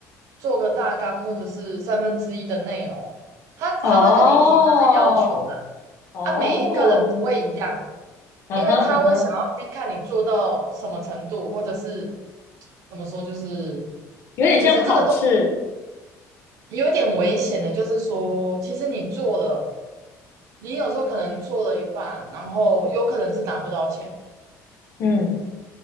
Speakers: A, on the right (about 55°); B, on the left (about 40°).
A: 做个大纲或者是三分之一的内容，他他会跟你提他的要求啦，
B: 哦哦，
A: 啊，每一个人不会一样。
B: 嗯哼嗯哼，
A: 因为他会想要先看你做到什么程度，或者是怎么说，就是
B: 有点像考试，
A: 可是这个都有点危险的，就是说，其实你做了，你有时候可能做了一半，然后有可能是拿不到钱。
B: 嗯，